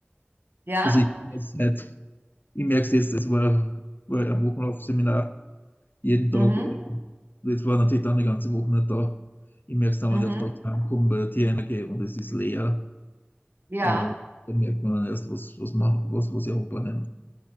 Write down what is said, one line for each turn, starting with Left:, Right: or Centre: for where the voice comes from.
Right: ja.
Left: also ich, das halt, ich merke es jetzt, es war, war ein Wochenlaufseminar jeden
Right: Mhm.
Left: Tag. äh, Jetzt war natürlich dann die ganze Woche nicht da. Ich merke es dann,
Right: Mhm.
Left: wenn ich auf den Tag heimkomme, bei der Tierheime gehe und es ist leer.
Right: Ja.
Left: Äh, da merkt man dann erst, was, was, man, was, was ich anbringen.